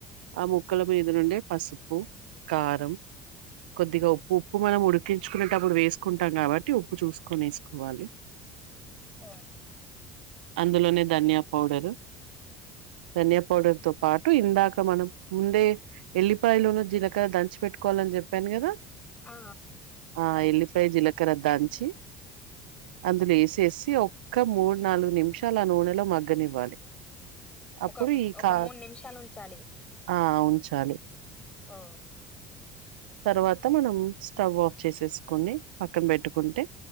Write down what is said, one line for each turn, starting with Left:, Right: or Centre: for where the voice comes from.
Right: ఆ ముక్కల మీద నుండే పసుపు కారం కొద్దిగా ఉప్పు ఉప్పు మనం ఉడుక్ క్కించుకునేటప్పుడు వేసుకుంటాం కాబట్టి ఉప్పు చూసుకొని వేసుకోవాలి
Left: ఆ
Right: అందులోనే ధనియా పౌడరు ధనియా పౌడర్ తో పాటు ఇందాక మనం ముందే ఎల్లిపాయలోన జిలకర దంచి పెట్టుకోవాలని చెప్పాను కదా
Left: ఆ
Right: ఆ ఎల్లిపాయ జీలకర్ర దంచి అందులో వేసేసి ఇక్క మూడు నాలుగు నిమిషాల ఆ నూనెలో మగ్గనివ్వాలి అప్పుడు
Left: ఒక
Right: ఈ
Left: ఒక
Right: కా
Left: మూడు నిమిషాలు ఉంచాలి
Right: ఆ ఉంచాలి
Left: ఓ
Right: తర్వాత మనం స్టవ్ ఆఫ్ చేసేసుకుని పక్కన పెట్టుకుంటే